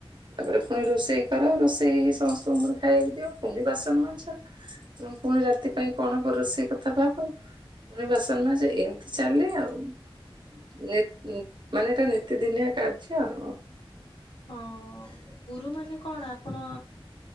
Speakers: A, on the right; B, on the left.
A: ତାପରେ ପୁଣି ରୋଷେଇ କର ରୋଷେ ସେଇ ସମସ୍ତଙ୍କ ଖାଇବାକୁ ଦିଅ ଫୁଣି ବାସନ ମାଜ ପୁଣି ରାତି ପାଇଁ କଣ ହବ ରୋଷେଇ କଥା ଭାବ ପୁଣି ବାସନ ମାଜ ଯେ ଏମିତି ଚାଲେ ଆଉ ମାନେ ଏଇଟା ନିତିଦିନିଆ କାର୍ଯ୍ୟ ଆଉ
B: ହଁ ଗୁରୁ ମାନେ କଣ ଆପଣ